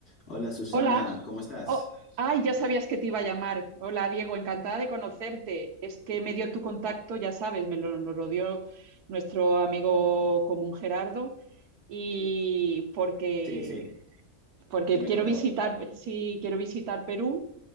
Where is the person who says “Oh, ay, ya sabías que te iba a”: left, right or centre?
Right